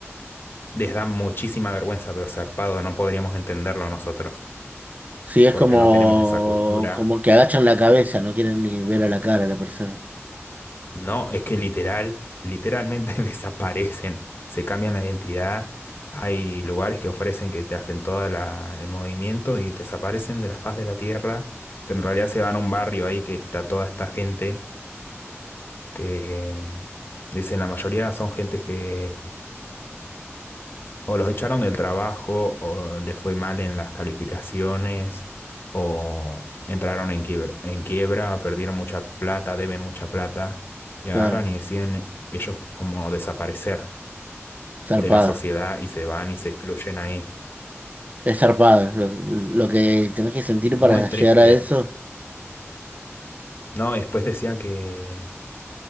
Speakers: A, on the left (about 50°); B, on the right (about 35°).
A: les da muchísima vergüenza, pero zarpado, no podríamos entenderlo nosotros,
B: sí, es
A: porque
B: como,
A: no tenemos esa cultura.
B: como que agachan la cabeza, no quieren ni ver a la cara a la persona.
A: No, es que literal, literalmente <laughs> desaparecen, se cambian la identidad. Hay lugares que ofrecen que te hacen todo el movimiento y desaparecen de la faz de la tierra, pero en realidad se van a un barrio ahí que está toda esta gente que, dicen, la mayoría son gentes que o los echaron del trabajo, o les fue mal en las calificaciones, o entraron en quiebra, en quiebra, perdieron mucha plata, deben mucha plata, y agarran
B: Claro,
A: y deciden ellos como desaparecer
B: zarpado.
A: de la sociedad y se van y se excluyen ahí.
B: Es zarpado, lo, lo que tenés que sentir
A: Muy
B: para
A: triste.
B: llegar a eso.
A: No, y después decían que